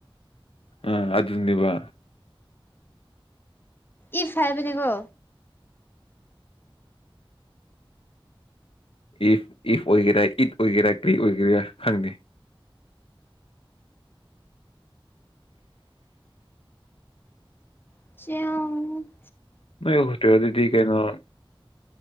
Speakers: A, on the left (about 85°); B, on the left (about 20°).
A: ꯑꯥ ꯑꯗꯨꯅꯦꯕ
B: ꯏꯐ ꯍꯥꯏꯕꯅꯦ ꯀꯣ
A: ꯏꯐ ꯏꯐ ꯑꯣꯏꯒꯦꯔꯥ ꯏꯠ ꯑꯣꯏꯒꯦꯔꯥ ꯀ꯭ꯔꯤ ꯑꯣꯏꯒꯦꯔꯥ ꯈꯪꯗꯦ
B: <unintelligible>
A: ꯅꯣꯏ ꯍꯣꯇꯦꯜꯗꯨꯗꯤ ꯀꯩꯅꯣ